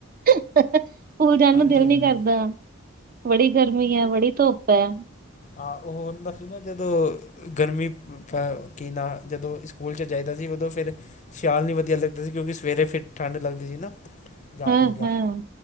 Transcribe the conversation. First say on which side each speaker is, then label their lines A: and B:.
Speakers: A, on the right; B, on the left.
A: ਸਕੂਲ ਜਾਨ
B: ਹਾਂਜੀ
A: ਨੂੰ ਦਿਲ ਨਈ
B: ਹਾਂਜੀ
A: ਕਰਦਾ, ਬੜੀ ਗਰਮੀ ਐ ਬੜੀ ਧੁੱਪ ਐ।
B: ਆ ਓਹੋ ਹੁੰਦਾ ਸੀ ਨਾ ਜਦੋਂ ਗਰਮੀ ਕੀ ਨਾ ਜਦੋਂ ਅਸੀਂ ਸਕੂਲ ਚ ਜਾਈਦਾ ਸੀ ਉਦੋਂ ਫਿਰ ਸਿਆਲ ਨੀ ਵਦੀਆ ਲੱਗਦਾ ਸੀ ਕਿਓਂਕਿ ਸਵੇਰੇ ਫਿਰ ਠੰਢ ਲੱਗਦੀ ਸੀ ਨਾ ਜਾਣ
A: ਹਾਂ
B: ਲੱਗੇਆਂ।
A: ਹਾਂ।